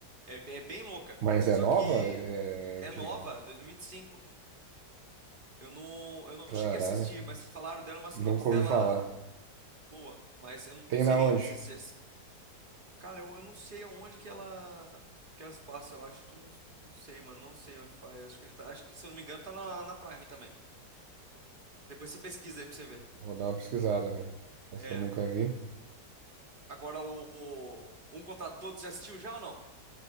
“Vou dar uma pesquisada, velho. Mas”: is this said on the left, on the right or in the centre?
Right